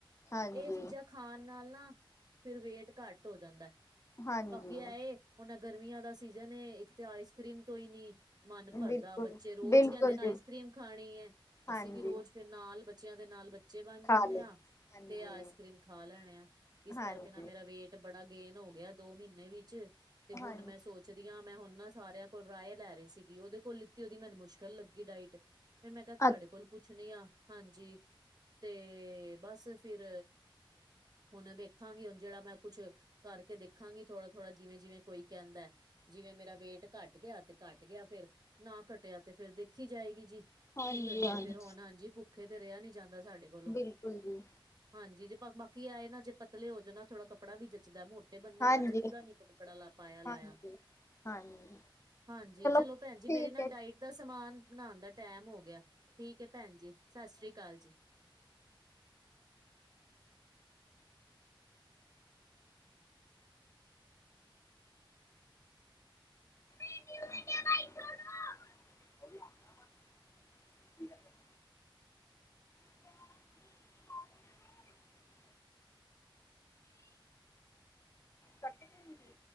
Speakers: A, on the left; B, on the right.
A: ਹਾਂਜੀ
B: ਇਹ ਚੀਜ਼ਾਂ ਖਾਣ ਨਾਲ ਨਾ ਫਿਰ ਵੇਟ ਘੱਟ ਹੋ ਜਾਂਦਾ ਏ।
A: ਹਾਂਜੀ
B: ਬਾਕੀ ਐਏ ਹੁਨ ਗਰਮੀਆਂ ਦਾ ਸੀਜਨ ਏ ਇੱਕ ਤੇ ਆਈਸ ਕਰੀਮ ਤੋਂਈ ਨੀ ਮਨ ਭਰਦਾ
A: ਬਿਲਕੁਲ
B: ਬੱਚੇ ਰੋਜ਼
A: ਬਿਲਕੁਲ
B: ਕਹਿੰਦੇ ਨੇ, ਆਈਸ
A: ਜੀ
B: ਕਰ੍ਰੀਮ ਖਾਣੀ ਐ।
A: ਹਾਂਜੀ
B: ਅਸੀਂ ਵੀ ਰੋਜ ਨਾਲ ਬੱਚਿਆਂ ਦੇ ਨਾਲ ਬ ਬੱਚੇ ਬਨ ਜਾਂਦੇ
A: ਖਾ ਲਏ
B: ਆ,
A: ਹਾਂਜੀ
B: ਤੇ ਆਈਸ ਕਰ੍ਰੀਮ ਖਾ ਲੈਣੇ ਆ ਇਸ
A: ਹਾਂਜੀ
B: ਕਰਕੇ ਨਾ ਮੇਰਾ ਵੇਟ ਬੜਾ ਗੇਨ ਹੋ ਗਿਆ, ਐਹ ਦੋ ਮਹੀਨੇ ਵਿੱਚ ਤੇ ਹੁਨ
A: ਹਾਂਜੀ
B: ਮੈਂ ਸੋਚ ਰੀਆਂ ਮੈਂ ਹੁਨ ਨਾ ਸਾਰਿਆਂ ਕੋਲ ਰਾਹਏ ਲੈ ਰਹੀ ਸੀਗੀ ਓਹਦੇ ਕੋਲ ਲਿੱਤੀ ਓਹਦੀ ਮੈਨੂੰ ਮੁਸ਼ਕਿਲ ਲੱਗੀ ਡਾਇਟ। ਫੇਰ, ਮੈਂ ਕਿਹਾ ਤੁਹਾਡੇ
A: ਅੱ
B: ਕੋਲ ਪੁੱਛਦੀਆ। ਹਾਂਜੀ, ਤੇ ਬਸ ਫਿਰ ਹੁਨ ਵੇਖਾਂਗੀ ਹੁਨ, ਜਿਹੜਾ ਮੈਂ ਕੁੱਛ ਕਰਕੇ ਦੇਖਾਂਗੀ ਥੋੜਾ -ਥੋੜਾ ਜਿਵੇਂ-ਜਿਵੇਂ ਕੋਈ ਕਹਿੰਦਾ ਐ। ਜਿਵੇਂ ਮੇਰਾ ਵੇਟ ਘੱਟ ਗਿਆ, ਤੇ ਘੱਟ ਗਿਆ ਫੇਰ ਨਾ ਘੱਟਿਆ ਤੇ ਫੇਰ ਦੇਖੀ ਜਾਏਗੀ ਜੀ।
A: ਹਾਂਜੀ
B: ਕੀ ਕਰੀਏ
A: ਹਾਂਜੀ
B: ਫੇਰ ਹੁਨ। ਹਾਂਜੀ, ਭੁੱਖੇ ਤੇ ਰਿਹਾ ਨੀ ਜਾਂਦਾ, ਸਾਡੇ ਕੋਲੋਂ
A: ਬਿਲਕੁਲ ਜੀ।
B: ਹਾਂਜੀ, ਜੇ ਬਾਕੀ ਐ ਏ ਨਾ ਜੇ ਪਤਲੇ ਹੋ ਜੋ ਨਾ ਥੋੜਾ ਕੱਪੜਾ ਵੀ ਜੱਚਦਾ ਮੋਟ ਤੇ, ਬੰਦੇ
A: ਹਾਂਜੀ
B: ਨੂੰ ਨਾ ਜੱਚਦਾ ਨੀ, ਕੱਪੜਾ ਲਾ ਪਾਇਆ ਲਾਇਆ।
A: ਹਾਂਜੀ ਹਾਂਜੀ।
B: ਹਾਂਜੀ, ਚਲੋ
A: ਠੀਕ
B: ਭੈਨ ਜੀ ਮੇਰੀ ਨਾ
A: ਹੈ
B: ਡਾਇਟ ਦਾ ਸਮਾਨ ਬਣਾਉਨ ਦਾ ਟੈਮ ਹੋ ਗਿਆ ਐ। ਠੀਕ ਹੈ। ਭੈਣ ਜੀ ਸਤਿ ਸ੍ਰੀ ਅਕਾਲ ਜੀ।
A: <unintelligible> <inaudible> ਕੱਟ ਗਈ।